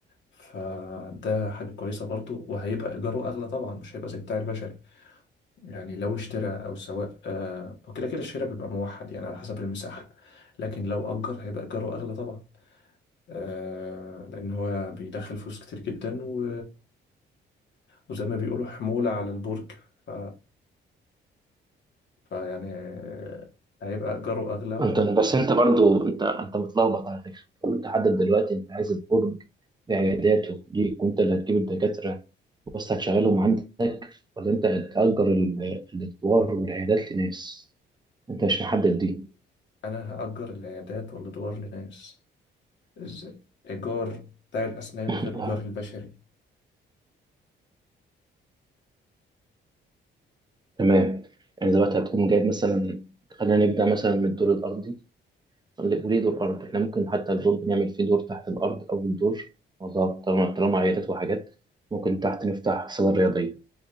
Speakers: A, on the left (about 65°); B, on the right (about 20°).
A: فده حاجة كويسة برضو وهيبقى إيجاره أغلى طبعا مش هيبقى زي بتاع البشري يعني لو اشترى أو سواء آه، وكده كده الشراء بيبقى موحد يعني على حسب المساحة لكن لو أجر هيبقى إيجاره أغلى طبعا آه، لأن هو بيدخل فلوس كتير جدا و... وزي ما بيقولوا حمولة على البرج ف... فيعني آه، هيبقى إيجاره أغلى وأنا
B: أنت بس أنت برضو أنت أنت متلخبط على فكرة طب أنت حدد دلوقتي أنت عايز البرج بعياداته ليك وأنت اللي هتجيب الدكاترة بس هتشغلهم عندك ولا أنت هتأجر ال- الأدوار والعيادات لناس أنت مش محدد دي
A: هأجر العيادات والأدوار لناس إز- إيجار بتاع الأسنان
B: <laughs>
A: غير إيجار البشري
B: تمام يعني دلوقتي هتقوم جايب مثلا خلينا نبدأ مثلا من الدور الأرضي وليه دور أرض؟ إحنا ممكن حتى الدور بنعمل فيه دور تحت الأرض أو الدور والله طالما طالما عيادات وحاجات ممكن تحت نفتح صالة رياضية